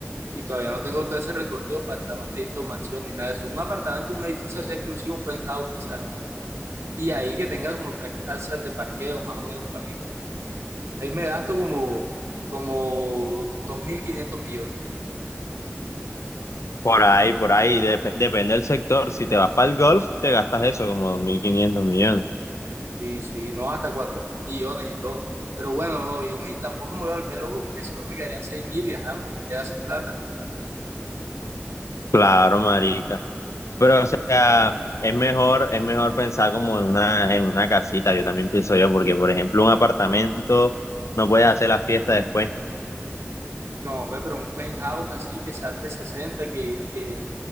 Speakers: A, on the right (about 80°); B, on the left (about 85°).
A: y todavía no tengo todo ese recorrido para estar manteniendo mansión ni nada de eso. Un apartamento, un edificio así exclusivo, un penthouse quizás, y ahí que tenga como tres plazas de parqueo más o menos para mí. Ahí me gasto como, como 2.500 millones.
B: Por ahí, por ahí. dep- depende del sector. Si te vas para el golf, te gastas eso como 2.500 millones.
A: Sí, sí, no, hasta cuatro mil millones y todo. Pero bueno, no, yo me, tampoco me voy a volver loco porque solo me quedarían seis mil y ajá, me voy a quedar sin plata.
B: Claro, marica. Pero, o sea, es mejor, es mejor pensar como en una, en una casita, yo también pienso yo, porque, por ejemplo, un apartamento no puedes hacer la fiesta después.
A: No, hombre, pero un penthouse así que sea 360 que, que